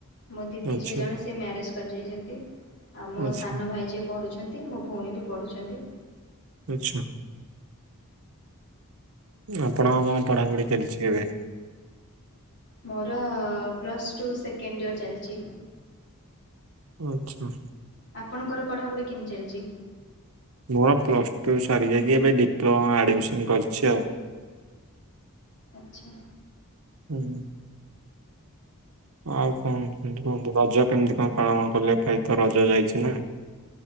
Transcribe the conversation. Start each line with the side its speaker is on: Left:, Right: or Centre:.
Left: ମୋ ଦିଦି
Right: ଆଚ୍ଛା
Left: ଯିଏ ଜଣେ ସେ ମ୍ୟାରେଜ କରି ଯାଇଛନ୍ତି। ଆଉ ମୋ
Right: ଆଚ୍ଛା
Left: ସାନ ଭାଇ ଯିଏ ପଢ଼ୁଛନ୍ତି ମୋ ଭଉଣୀ ବି ପଢ଼ୁଛନ୍ତି।
Right: ଆଚ୍ଛା। ଆପଣ ଆଉ କଣ ପଢାପଢି ଚାଲିଛି ଏବେ?
Left: ମୋର ପ୍ଲସ୍ ଟୁ ସେକେଣ୍ଡ ଇୟର ଚାଲିଛି।
Right: ଆଚ୍ଛା।
Left: ଆପଣଙ୍କର ପଢ଼ାପଢି କେମିତି ଚାଲିଛି?
Right: ମୋର ପ୍ଲସ୍ ଟୁ ସାରିଯାଇକି ଏବେ ଡିପ୍ଲୋମା ଆଡ଼ମିସନ କରିଛି ଆଉ। <inaudible>
Left: ଆଚ୍ଛା।
Right: ହୁଁ <inaudible> ଆଉ କଣ କୁହନ୍ତୁ ରଜ କେମିତି କଣ ପାଳନ? କଲେ ଏବେତ ରଜ ଯାଇଛି ନା।